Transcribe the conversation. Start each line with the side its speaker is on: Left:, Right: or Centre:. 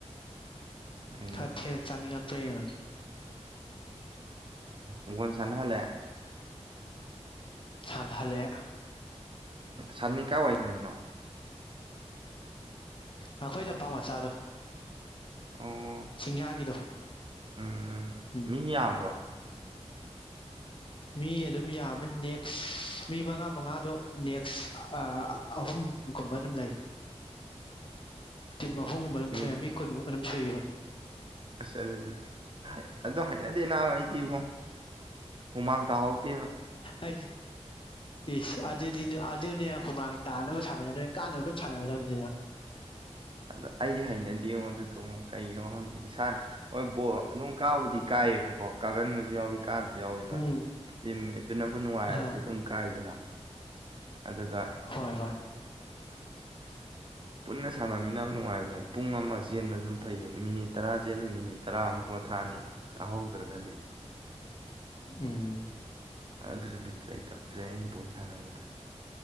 Right: ꯎꯝ
Left: ꯈꯔ ꯊꯅ ꯆꯥꯅꯤꯡꯉꯛꯇ꯭ꯔꯦ ꯌꯦꯡꯉꯒꯦ
Right: ꯎꯒꯅ ꯁꯅꯍꯜꯂꯦ
Left: ꯆꯗꯂꯦ
Right: ꯁꯥꯟꯅꯤꯀꯥ ꯑꯣꯏꯏ ꯁꯅꯩꯅꯣ
Left: ꯑꯩꯈꯣꯏ ꯂꯝꯄꯥꯛ ꯃꯆꯥꯗꯣ
Right: ꯑꯣ
Left: ꯁꯤꯡꯌꯥꯒꯤꯗꯣ
Right: ꯎꯝ
Left: ꯎꯝ
Right: ꯃꯤ ꯌꯥꯝꯕ꯭ꯔꯣ
Left: ꯃꯤ ꯑꯗꯨꯝ ꯌꯥꯝꯃꯦ ꯅꯦꯛꯁ ꯃꯤ ꯃꯉꯥ ꯃꯉꯥꯗꯣ ꯅꯦꯛꯁ ꯑꯍꯨꯝꯒꯨꯝꯕ ꯑꯗꯨꯝ ꯂꯩ ꯇꯤꯝ ꯑꯍꯨꯝꯕꯅ
Right: ꯃꯤ
Left: ꯐꯌꯥꯝꯃꯤ ꯀꯨꯟꯃꯨꯛ ꯄꯨꯁꯨꯨꯕ
Right: ꯑꯁ ꯑꯗꯨꯗꯤ ꯑꯗꯣ ꯍꯥꯏꯩꯅꯗꯦ ꯅꯥꯕ ꯑꯩꯗꯤ ꯏꯕꯣ ꯍꯨꯃꯥꯡ ꯇ ꯍꯣꯜꯗꯤꯕ
Left: ꯑꯩꯗꯤ ꯏꯁꯁ ꯑꯗꯨꯗꯤ ꯑꯗꯨꯅꯦ ꯍꯨꯃꯥꯡ ꯇꯥꯅꯕ ꯁꯥꯟꯅꯒꯗꯅꯦ ꯀꯥꯟꯅꯕ ꯑꯗꯨꯝ ꯁꯥꯟꯅꯒꯗꯕꯅꯤ ꯑꯗꯨꯅ
Right: ꯑꯗ ꯑꯩꯗꯤ ꯍꯩꯅꯗ ꯌꯦꯉꯣ ꯑꯗꯨꯗ ꯀꯩꯅꯣ ꯍꯪꯗ ꯏꯁꯥꯅ ꯍꯣꯏꯕ ꯑꯗꯨꯝ ꯀꯥꯕꯨꯗꯤ ꯀꯥꯏꯑꯕꯀꯣ ꯀꯥꯒꯟꯕ <inaudible> ꯀꯥꯗꯨꯁꯨ ꯌꯥꯎꯋꯕ
Left: ꯎꯝ
Right: ꯇꯤ ꯃꯠꯇꯨꯅꯕꯨ ꯅꯨꯡꯉꯥꯏꯔꯗꯤ
Left: ꯑ
Right: ꯑꯗꯨꯝ ꯀꯥꯏꯗꯅ ꯑꯗꯨꯒ
Left: ꯍꯣꯏ ꯍꯣꯏ <inaudible>
Right: ꯄꯨꯟꯅ ꯁꯥꯟꯅꯃꯤꯟꯅꯕ ꯅꯨꯡꯉ ꯄꯨꯡ ꯑꯃ ꯆꯦꯟꯕ ꯐꯩ ꯃꯤꯅꯤꯠ ꯇꯔꯥꯖꯦꯜ ꯃꯤꯅꯤꯠ ꯇꯔꯥꯃꯨꯛ ꯄꯣꯊꯥꯅꯤ ꯀꯥꯍꯧꯗ꯭ꯔꯒꯗꯤ
Left: ꯎꯝ
Right: ꯑꯗꯨꯗꯤ ꯄ ꯂꯩ ꯆꯦ ꯑꯩꯅ ꯄꯣꯠ ꯁꯥꯟꯅꯕꯗ